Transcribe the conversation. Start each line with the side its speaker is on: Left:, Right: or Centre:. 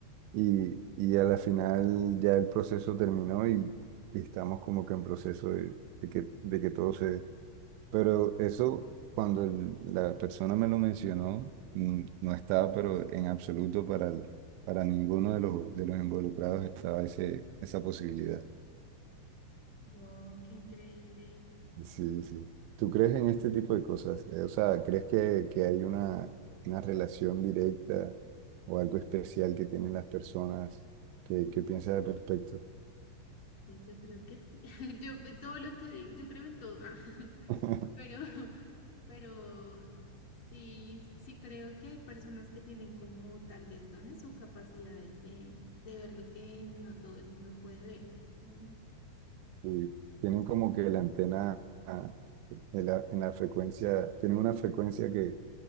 Right: Y, y a la final ya el proceso terminó y, y estamos como que en proceso de, de que, de que todo se dé. Pero eso, cuando el- la persona me lo mencionó, mm, no estaba, pero en absoluto para, el- para ninguno de los, de los involucrados estaba ese, esa posibilidad.
Left: Wow, qué increíble.
Right: Sí, sí. ¿Tú crees en este tipo de cosas? Eh, O sea, ¿crees que, que hay una, una relación directa o algo especial que tienen las personas? ¿Qué, qué piensas al respecto?
Left: Sí, yo creo que sí. <laughs> Yo en todo lo que digo, yo creo en todo. Ah, <laughs>
Right: <laughs>
Left: pero <laughs> pero sí, sí creo que hay personas que tienen como tal vez dones o capacidades de, de ver lo que no todo el mundo puede ver. como-
Right: Sí, Tienen como que la antena, ah, en la, en la frecuencia, tienen una frecuencia que